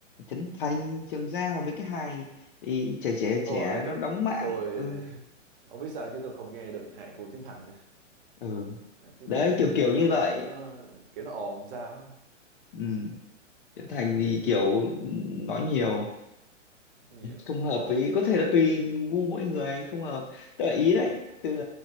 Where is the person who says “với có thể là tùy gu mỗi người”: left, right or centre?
Left